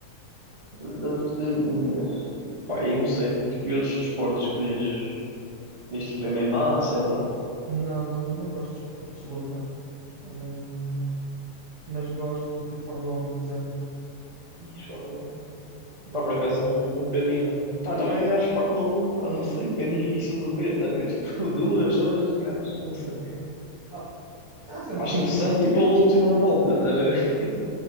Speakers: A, on the right (about 25°); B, on the right (about 65°).
A: É Verdade. hum, Pá, aí não sei. Tipo, e outros desportos que vês? Vês tipo MMA, sei lá.
B: Não, não, não não gosto de esportes de luta, hum, mas gosto de Fórmula um por exemplo.
A: Ih, Fórmula 1.
B: Yeah.
A: Pá, por acaso nunca vi um. Pá, também acho Fórmula um pá, não sei, é difícil de ver, estás a ver? Tipo, <laughs> duas horas, cara, não sei.
B: Ah, há sempre
A: Acho
B: coisas.
A: interessante, tipo, a última volta, estás a ver? <laughs>